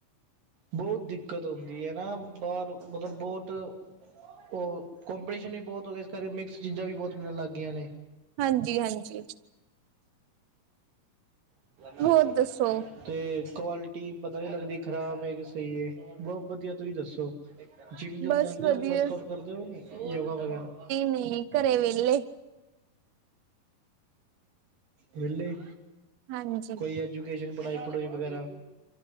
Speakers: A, on the right (about 65°); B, on the right (about 85°).
A: ਬਹੁਤ ਦਿੱਕਤ ਆਉਂਦੀ ਐ ਨਾ, ਬਾਹਰ ਮਤਲਬ ਬਹੁਤ ਉਹਰ ਕੰਪੀਟੀਸ਼ਨ ਵੀ ਬਹੁਤ ਹੋ ਗਿਆ ਇਸ ਕਰਕੇ ਮਿਕਸ ਚੀਜ਼ਾਂ ਵੀ ਬਹੁਤ ਮਿਲਣ ਲੱਗ ਗਈਆਂ ਨੇ
B: ਹਾਂਜੀ-ਹਾਂਜੀ।
A: ' <unintelligible>
B: ਹੋਰ ਦੱਸੋ
A: ਤੇ ਕੁਆਲਿਟੀ ਪਤਾ ਨ੍ਹੀਂ ਲੱਗਦੀ ਖ਼ਰਾਬ ਐ ਕਿ ਸਹੀ ਏ, ਬਹੁਤ ਵਧੀਆਂ ਤੁਸੀਂ ਦੱਸੋਂ ਜਿੰਮ ਜੁਮ
B: ਬਸ
A: ਜਾਂਦੇ
B: ਵਧੀਆ
A: ਓ, ਵਰਕ ਆਊਟ ਕਰਦੇ ਓ ਨੀ ਯੋਗਾ ਵਗੈਰਾ
B: ਨੀਂ ਘਰੇ ਵਿਹਲੇ
A: ਵਿਹਲੇ
B: ਹਾਂਜੀ
A: ਕੋਈ ਅੱਜ ਐਜ਼ੂਕੇਸ਼ਨ ਪੜ੍ਹਾਈ ਪੜਾਉਈ ਵਗੈਰਾ